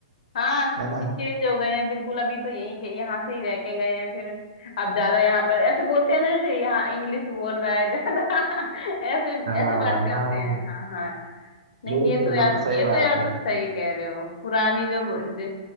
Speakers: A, on the left; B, on the right.
A: हाँ कि
B: है ना
A: चेंज हो गए हैं बिल्कुल अभी तो यही के यहाँ से ही रह के गए हैं फिर अब ज्यादा यहाँ पर ऐसे बोलते हैं ना जैसे यहाँ इंग्लिश बोल रहा है ज्यादा <laughs> ऐसे
B: हाँ
A: ऐसे बात करते
B: हाँ हाँ,
A: हैं हाँ हाँ नहीं
B: बिल्कुल
A: ये तो यार
B: बिल्कुल सही
A: ये तो
B: बात
A: यार
B: है
A: तुम सही कह रहे हो पुरानी जो ज-